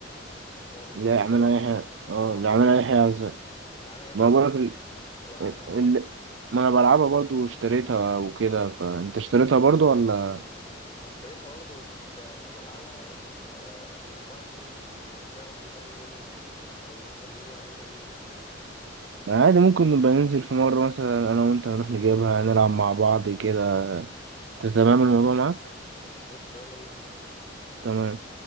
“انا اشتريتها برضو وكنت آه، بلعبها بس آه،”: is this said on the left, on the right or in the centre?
Left